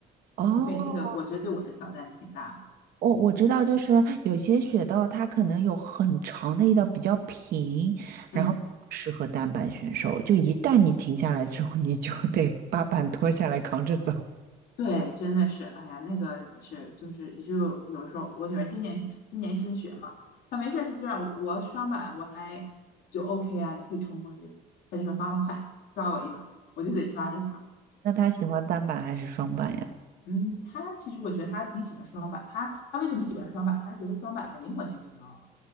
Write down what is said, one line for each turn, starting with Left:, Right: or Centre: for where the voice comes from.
Right: 哦，
Left: 嗯对，那个我觉得对我的挑战是挺大的。
Right: 我我知道，就是有些雪道它可能有很长的一道比较平，然后适合单板选手。
Left: 嗯。
Right: 就一旦你停下来之后，你就得 <laughs> 把板脱下来扛着走。
Left: 对，真的是，哎呀，那个是，就是就有时候我女儿今年今年新学嘛，她没事儿她就让我刷碗，我还就 OK 啊，你可以冲过去，她就说妈妈快抓我一把，我就得抓着她。
Right: 那他喜欢单板还是双板呀？
Left: 嗯，她其实我觉得她挺喜欢双板，她她为什么喜欢双板？她觉得双板的灵活性比较